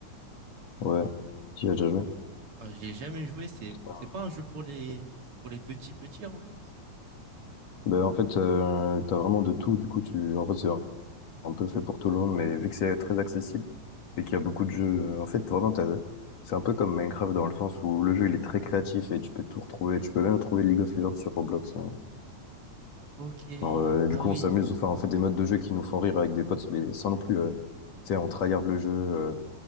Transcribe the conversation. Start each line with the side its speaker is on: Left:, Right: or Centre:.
Left: Ouais. Tu y as déjà joué?
Right: Euh, j'ai jamais joué. C'est
Left: Non,
Right: c'est pas un jeu pour les
Left: ok.
Right: pour les petits petits Roblox.
Left: Ben, en fait, euh, t'as vraiment de tout, du coup, tu, en fait, c'est un peu fait pour tout le monde, mais vu que c'est très accessible et qu'il y a beaucoup de jeux, euh, en fait, vraiment, t'as- c'est un peu comme Minecraft dans le sens où le jeu, il est très créatif et tu peux tout retrouver. Tu peux même trouver League of Legends sur Roblox. hein.
Right: Ok,
Left: Genre, euh,
Right: ah
Left: du coup,
Right: oui,
Left: on s'amuse, enfin, on fait des modes de jeu qui nous font rire avec des potes, mais sans non plus, euh, tu sais, on tryhard le jeu, euh,